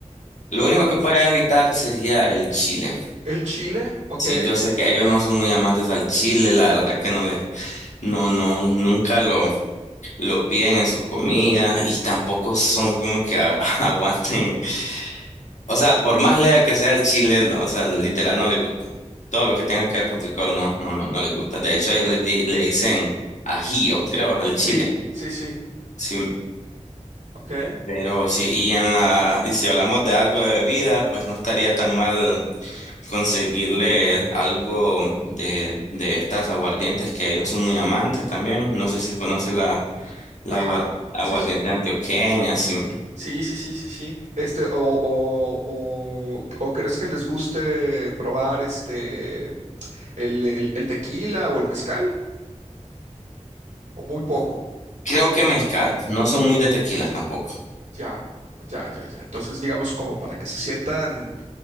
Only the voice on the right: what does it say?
Aparte,
el chile, ok.
Sí,
sí, sí,
ok.
Ajá,
sí, sí.
Sí, sí, sí, sí, sí. Este, o, o, o, o crees que les guste probar este el, el- el tequila o el mezcal? O muy poco.
Ya, ya, ya, ya. Entonces, digamos, como para que se sientan